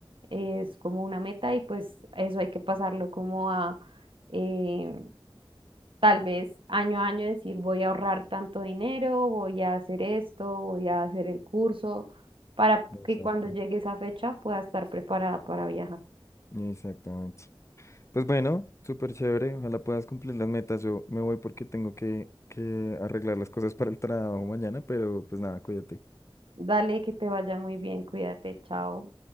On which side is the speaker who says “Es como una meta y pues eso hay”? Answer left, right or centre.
Right